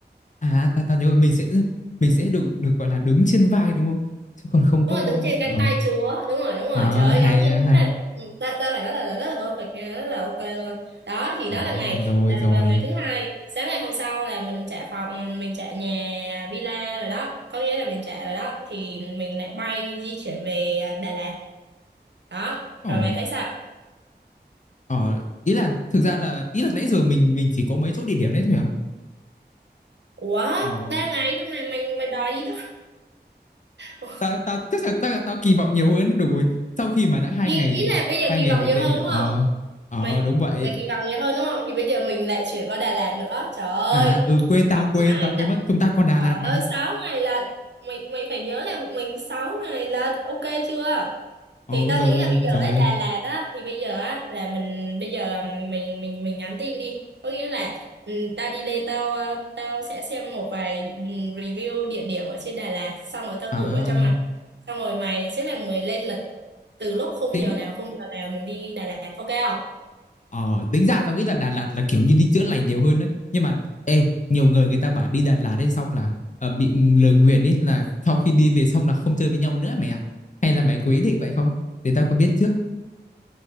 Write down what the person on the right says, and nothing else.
Đúng rồi, đứng trên cánh
tay chúa, đúng rồi, đúng rồi,
trời ơi ngắm
trên
đó là ừ, ta, ta phải nói là, là rất là perfect nha, rất là ok luôn. Đó thì
đó là ngày
đà-
vào ngày thứ hai, sáng ngày hôm sau là mình trả phòng, mình trả nhà villa rồi đó, có nghĩa là mình trả rồi đó thì mình lại bay di chuyển về à, Đà Lạt. Đó,
rồi mày thấy sao?
Ủa,
ba ngày thôi mà mày mày đòi đi đâu? <laughs>
Ý,
ý là bây giờ
kỳ
vọng
nhiều
hơn
đúng
mày
mày kỳ vọng nhiều hơn đúng không thì bây giờ mình lại chuyển qua Đà Lạt nữa trời ơi
sáu
ngày
lận
trời
ơi sáu ngày lận mày mày phải nhớ là bọn mình sáu ngày lận ok chưa
thì tao
nghĩ là bây giờ
ở Đà Lạt á thì bây giờ á là mình bây giờ mình mình mình nhắn tin đi có nghĩa là ừm, tao đi lên tao ờ, tao sẽ xem một vài ừm, review địa điểm ở trên Đà Lạt xong rồi tao
gửi qua cho mày xong rồi mày sẽ là người lên lịch từ lúc khung
giờ nào khung giờ nào mình đi Đà Lạt ok không